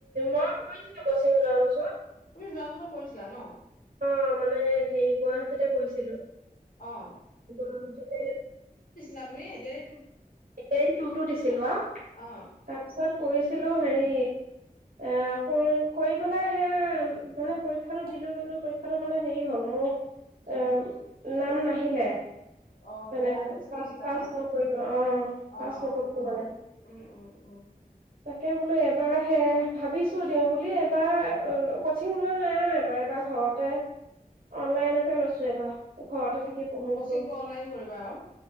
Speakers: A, on the right (about 75°); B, on the left (about 65°).
A: মই কৰিছিলো কচিং যোৱা পাছত
B: তুমি যোৱা বছৰ কৰিছিলা ন
A: অ মানে হে গুৱাহাটীতে কৰিছিলো
B: অ'
A: গুৱাহাটীতে
B: া <unintelligible> তুমি এদৰে
A: এ টু ট দিছিলো অ
B: অ'
A: তাৰপিছত কৰিৈছিলো হেৰি এ ক কৰি পেলাই সেয়া মানে পৰীক্ষাটো দিলো কিন্তু পৰীক্ষাটো মানে হেৰি হ'ল মোৰ এ নাম নাহিলে
B: অ'
A: মানে
B: বেয়া হ'ল চাগে
A: পচ
B: কিবা
A: পচ
B: হ'ল
A: নকৰিল অ পাছ
B: অ
A: নকৰিলো
B: তেনেকুৱা
A: মানে
B: উম উম উম
A: তাকে বোলো এবাৰ সে ভাবিছো দিওঁ বুলি এইবাৰ কচিং লোৱা নাই আৰু এইবাৰ এইবাৰ ঘৰতে অনলাইনকে লৈছো এবাৰ ঘৰতে থাকি পঢ়ো
B: কচিংটো
A: বোলো
B: অনলাইন কৰিবা আৰু